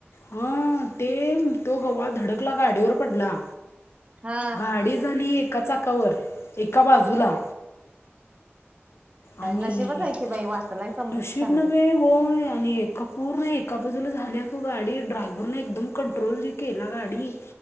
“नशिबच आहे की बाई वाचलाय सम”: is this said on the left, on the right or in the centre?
Right